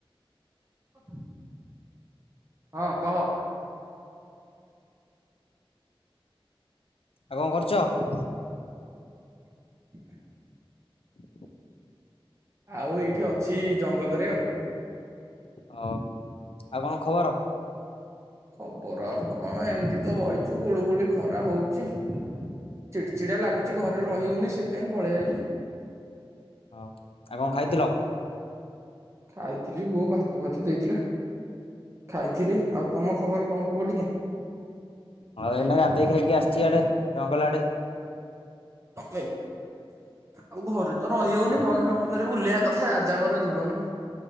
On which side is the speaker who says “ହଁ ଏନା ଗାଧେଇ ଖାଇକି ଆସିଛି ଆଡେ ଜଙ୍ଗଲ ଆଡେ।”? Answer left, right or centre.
Left